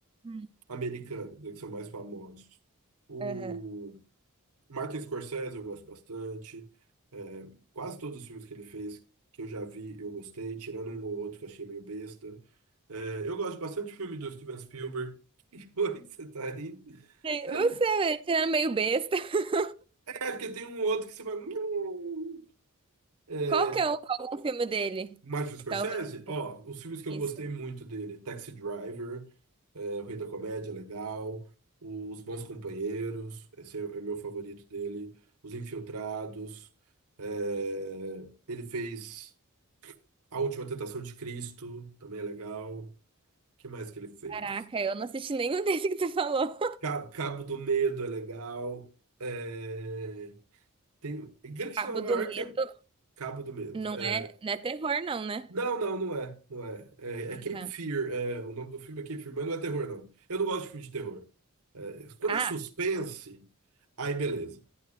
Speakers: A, on the right (about 25°); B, on the right (about 80°).
A: Hum.
B: americanos, né, que são mais famosos. O
A: Aham.
B: Martin Scorsese eu gosto bastante. É, quase todos os filmes que ele fez que eu já vi, eu gostei, tirando um ou outro que eu achei meio besta. É, eu gosto bastante de filme do Steven Spielberg. <laughs> Que foi que você tá aí?
A: Sim,
B: É,
A: Você era meio besta. <laughs>
B: é, porque tem um outro que você vai. "Hum". é,
A: Qual que é o, algum filme dele?
B: Martin Scorsese,
A: Que talvez
B: ó, os filmes que eu
A: isso.
B: gostei muito dele, Taxi Driver, É, o Rei da Comédia é legal. Os Bons Companheiros, esse é, é meu favorito dele. Os Infiltrados. é, ele fez A Última Tentação de Cristo, também é legal. O que mais que ele fez?
A: Caraca, eu não assisti nenhum <laughs> desse que tu falou. <laughs>
B: Ca- Cabo, do Medo é legal. É, tem, Gangs
A: Cabo
B: de Nova
A: do
B: York
A: Medo
B: é Cabo do Medo.
A: não
B: É,
A: é, não é terror, não, né?
B: não, não, não é. Não é. É, é Cape
A: Tá.
B: Fear. é, o nome do filme é Cape Fear, mas não é terror, não. Eu não gosto de filme de terror. É, quando
A: Ah,
B: é suspense, aí beleza.